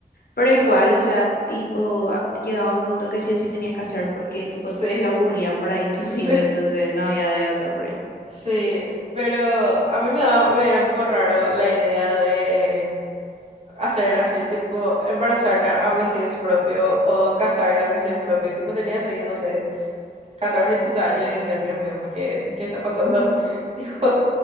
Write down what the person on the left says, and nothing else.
Pero igual, o sea, tipo, a- llegaba un punto que sí o sí tenías que hacer porque, tipo,
se aburría por ahí tu <laughs> sim,
entonces no había de otra por ahí.